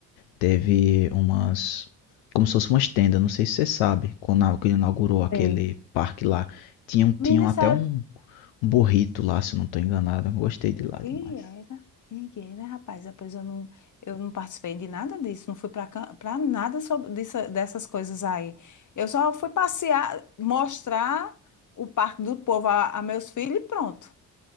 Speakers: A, on the left; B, on the left.
A: Teve umas. Como se fosse umas tendas, não sei se você sabe. Quando a- quando inaugurou aquele
B: Sei.
A: parque lá, tinham,
B: me
A: tinham
B: disseram.
A: até um, um burrito lá, se eu não tô enganado. Eu Gostei de lá
B: E
A: demais.
B: era. E era, rapaz. Depois eu não, eu não participei de nada disso. Não fui para nada sobre disso- dessas coisas aí. Eu só fui passear, mostrar o Parque do Povo a, a meus filhos e pronto.